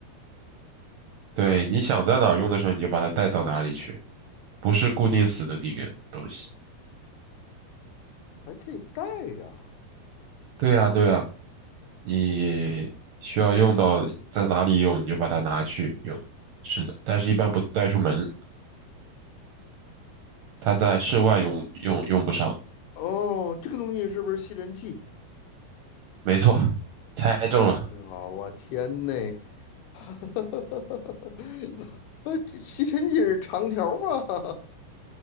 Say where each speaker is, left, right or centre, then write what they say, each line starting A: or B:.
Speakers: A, on the right; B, on the left.
A: 对，你想在哪儿用的时候，你就把它带到哪里去，不是固定死的一个东西。
B: 还可以带着啊。
A: 对呀，对呀，你需要用到在哪里用，你就把它拿去用。是的，但是一般不带出门，它在室外用用用不上。
B: 哦，这个东西是不是吸尘器？
A: 没错，猜中了。
B: 哎呀，我天呐！<laughs> 呃，这吸尘器是长条儿吗？